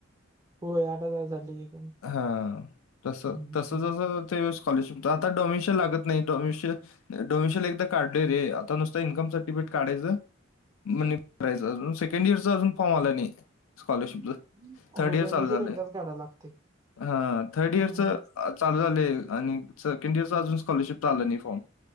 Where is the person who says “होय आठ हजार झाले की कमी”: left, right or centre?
Right